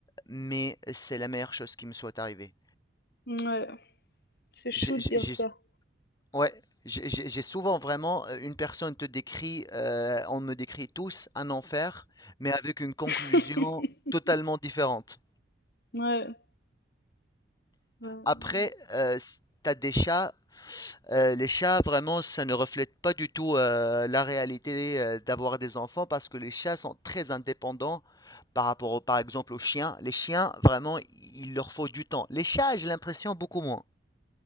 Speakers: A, on the left (about 20°); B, on the left (about 55°).
A: mais c'est la meilleure chose qui me soit arrivée».
B: ouais, c'est chaud
A: J'ai
B: de
A: j'ai
B: dire
A: j'ai
B: ça.
A: ouais, j'ai j'ai j'ai souvent vraiment, heu, une personne te décrit, heu, on me décrit tous un enfer, mais avec une conclusion
B: <laughs>
A: totalement différente.
B: Ouais. Ouais,
A: Après,
B: mince.
A: euh, t'as des chats. euh, les chats, vraiment, ça ne reflète pas du tout euh, la réalité euh, d'avoir des enfants parce que les chats sont très indépendants par rapport, au- par exemple, aux chiens. Les chiens, vraiment, il leur faut du temps. Les chats, j'ai l'impression beaucoup moins.